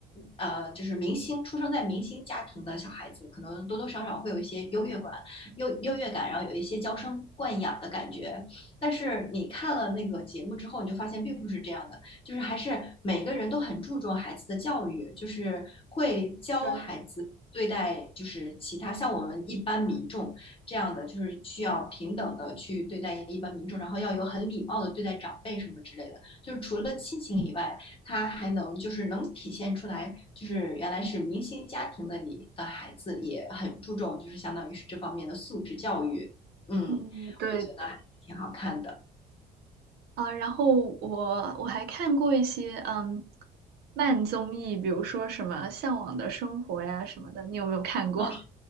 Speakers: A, on the left; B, on the right.
A: 呃，就是明星出生在明星家庭的小孩子，可能多多少少会有一些优越感，优优越感，然后有一些娇生惯养的感觉。但是你看了那个节目之后，你就发现并不是这样的，就是还是每个人都很注重孩子的教育，就是会教孩子。
B: 对，
A: 对待就是其他像我们一般民众这样的，就是需要平等的去对待一般民众，然后要有很礼貌的对待长辈什么之类的。就是除了亲情以外，他还能就是能体现出来，就是原来是明星家庭的你的孩子也很注重，就是相当于是这方面的素质教育。嗯，我觉得还挺好看的。
B: 嗯，对，啊、然后我我还看过一些嗯慢综艺，比如说什么《向往的生活》呀什么的，你有没有看过？
A: 哦是